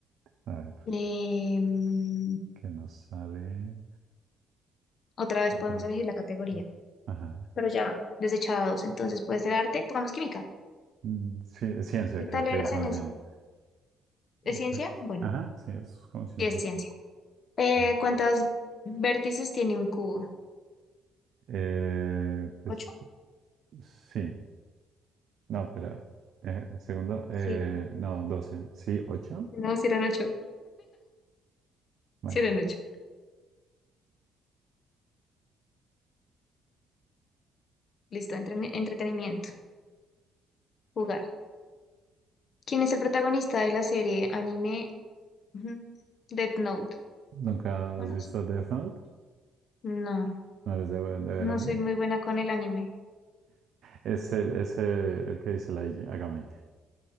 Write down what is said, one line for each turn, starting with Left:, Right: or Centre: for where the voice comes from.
Right: A ver,
Left: Em,
Right: ¿qué nos sale?
Left: otra vez
Right: Otras.
Left: podemos elegir la categoría,
Right: Ajá.
Left: pero ya desechados. Entonces, puede ser arte, pongamos química.
Right: Mm, Sí, ciencia
Left: ¿Qué tal
Right: creo que
Left: eres
Right: es más
Left: en eso?
Right: bien.
Left: ¿Es
Right: Ujú.
Left: ciencia? Bueno,
Right: Ajá, sí, es como ciencia.
Left: sí es ciencia. Eh,
Right: Eh,
Left: ¿cuántos vértices tiene un cubo?
Right: eh, pues
Left: ¿Ocho?
Right: sí. No, pero eh, un segundo. Eh,
Left: Sí.
Right: no, 12, Sí, 8.
Left: No, si eran ocho.
Right: Bueno,
Left: Si eran ocho. Listo, entren- entretenimiento. Jugar. ¿Quién es el protagonista de la serie anime ujú, Death Note?
Right: ¿nunca
Left: No,
Right: has
Left: no
Right: visto
Left: sé.
Right: Death Note?
Left: No,
Right: ¿No eres de, de ver
Left: no
Right: anime?
Left: soy muy buena con el anime.
Right: Es el, es el, el que dice la IG Agami.